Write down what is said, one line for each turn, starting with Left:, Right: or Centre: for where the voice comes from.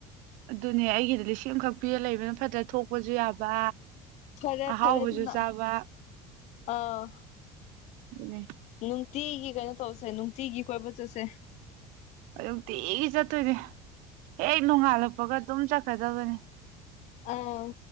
Right: ꯑꯗꯨꯅꯦ ꯑꯩꯒꯤꯗꯤ ꯂꯤꯁꯤꯡ ꯑꯃꯈꯛ ꯄꯤꯔꯒ ꯂꯩꯕꯅ ꯐꯇꯔꯥ ꯊꯣꯛꯄꯖꯨ ꯌꯥꯕ
Left: ꯐꯔꯦ
Right: ꯑꯍꯥꯎꯕꯆꯨ
Left: ꯐꯔꯦ ꯑꯗꯨꯅ
Right: ꯆꯥꯕ
Left: ꯑꯥ
Right: ꯑꯗꯨ ꯅ‌‌ꯦ
Left: ꯅꯨꯡꯇꯤꯒꯤ ꯀꯩꯅꯣ ꯇꯧꯁꯦ ꯅꯨꯡꯇꯤꯒꯤ ꯀꯣꯏꯕ ꯆꯠꯁꯦ
Right: ꯍ‌‌ꯣꯏ ꯅꯨꯡꯇꯤꯒꯤ ꯆꯠꯇꯣꯏꯅꯦ ꯍꯦꯛ ꯅꯣꯡꯉꯥꯜ ꯂꯛꯄꯒ ꯑꯗꯨꯝ ꯆꯠꯈꯔꯗꯕꯅꯦ
Left: ꯑꯥꯎ